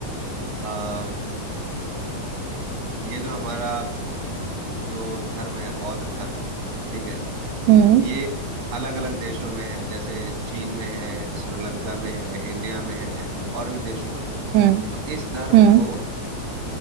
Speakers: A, on the right (about 70°); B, on the right (about 85°).
A: आ, ये जो हमारा जो धर्म है बौद्ध धर्म ठीक है
B: हम्म
A: ये अलग अलग देशों में है जैसे चीन में है श्रीलंका में है इंडिया में है और भी देशों में
B: हम्म
A: तो इस धर्म
B: हम्म।
A: को